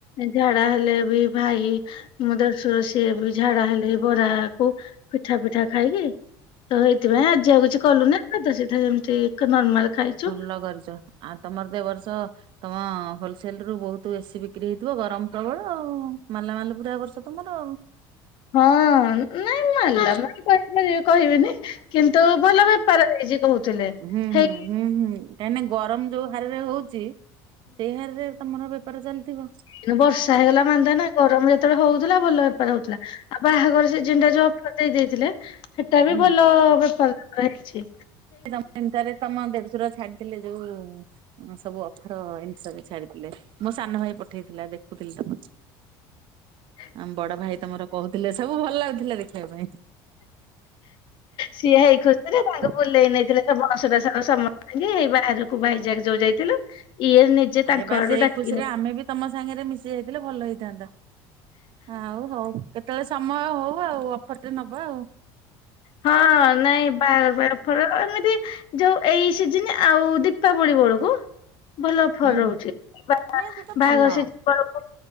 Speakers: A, on the left; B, on the right.
A: ଝାଡା ହେଲେ ବି ଭାଇ ମୋ ଦେଡସୁର ସିଏ ବି ଝାଡା ହେଲେ ବରାକୁ ପିଠା ପିଠା ଖାଇକି ତ ହେଇଥିପାଇଁ ଆଜି ଆଉ କିଛି କଲୁନି ସାଧା ସିଧା ଏମିତି। ନର୍ମାଲ ଖାଇଚୁ।
B: ଭଲ କରିଚ। ଆ ତମର ତ ଏ ବର୍ଷ ତମ ହୋଲସେଲ ରୁ ବହୁତ ବେଶୀ ବିକ୍ରି ହେଇଥିବ ଗରମ ପ୍ରବଳ ଆଉ ମାଲା ମାଲ ପୁରା ବର୍ଷ ତମର ଆଉ।
A: ହୁଁ। ନାଇଁ ମାଲା ମାଲ୍
B: ହୁଁ
A: ମୁଁ କହିପାରିବେ କହିବେନି କିନ୍ତୁ ଭଲ ବେପାର ହେଇଚି କହୁଥିଲେ।
B: ହୁଁ
A: ହେଇ
B: ହୁଁ ହୁଁ ହୁଁ କାହିଁକି ନା ଗରମ ଯୋଉ ହାରରେ ହଉଚି ସେଇ ହାରରେ ତମର ଏବେ ପାର ଚାଲିଥିବ।
A: କିନ୍ତୁ ବର୍ଷା ହେଇଗଲା ମାନ୍ଦା ନା। ଗରମ ଯେତେବେଳେ ହଉଥିଲା ଭଲ ବେପାର ହଉଥିଲା ଆଉ ବାହାଘର ସିଜିନିଟା ଯୋଉ ଅଫର ଦେଇ ଦେଇଥିଲେ। ହେଟା ବି
B: ହୁଁ
A: ଭଲ ବେପାର ହେଇଚି।
B: <inaudible> ଟାରେ ତମ ଦେଢଶୁର ଛାଡିଥିଲେ ଯୋଉ। ହ ସବୁ ଅଫର ଜିନିଷରେ ଛାଡିଥିଲେ ମୋ ସାନ ଭାଇ ପଠେଇଥିଲା ଦେଖୁଥିଲି ତ <inaudible>
A: ହ।
B: ଆମ ବଡ ଭାଇ ତମର କହୁଥିଲେ ସବୁ ଭଲ ଲାଗୁଥିଲା ଦେଖିଆ ପାଇଁ।
A: ସିଏ ହେଇ ଖୁସିରେ ତାଙ୍କୁ
B: <unintelligible>
A: ନେଇଥିଲେ ସେ ବଅଁସଟା ସାର ସମସ୍ତି ଙ୍କି ଏଇ ବାହାରକୁ ଭାଇଜାକ ଯୋଉ ଯାଇଥିଲୁ। ଇଏ ନିଜେ
B: ଆରେ
A: ତାଙ୍କ
B: ବା
A: ଆଡୁ
B: ସେଇ
A: ଡାକିକି
B: ଖୁସିରେ ଆମେ ବି ତମ ସାଙ୍ଗରେ ମିଶି ଯାଇଥିଲେ ଭଲ ହେଇଥାନ୍ତା ଆଉ ହଉ। କେତଳେ ସମୟ ହଉ ଆଉ ଅଫରଟେ ନବା ଆଉ।
A: ହଁ ନାଇଁ ବାହାଘର <unintelligible> ର ଏମିତି। ଯୋଉ ଏଇ ସିଜିନ୍ ଆଉ ଦୀପାବଳି ବେଳକୁ। ଭଲ ଅଫର
B: ହୁଁ
A: ରହୁଚି,
B: ହୁଁ।
A: ବା
B: ଆରେ ସେଟା
A: ବାହାଘର
B: ଭଲ
A: ସିଜିନ ବେଳକୁ